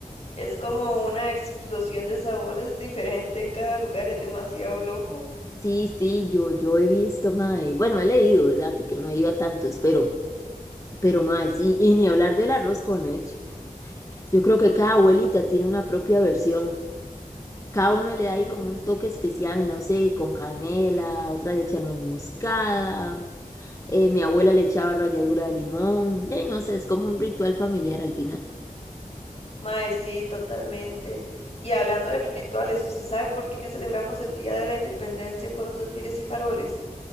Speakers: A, on the left; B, on the left.
A: Es como una explosión de sabores diferente en cada lugar, es demasiado loco.
B: Sí, sí, yo, yo he visto, mae, bueno, he leído, ¿verdad? Porque no he ido a tantos, pero, pero, mae, sí, y ni hablar del arroz con leche. Yo creo que cada abuelita tiene una propia versión. Cada una le da
A: Ujú.
B: ahí como un toque especial, no sé, con canela, otra le echa nuez moscada, eh, mi abuela le echaba ralladura de limón, de no sé, es como un ritual familiar al final.
A: Mae, sí, totalmente. Y hablando de rituales, ¿usted sabe por qué celebramos el Día de la Independencia con desfiles y faroles?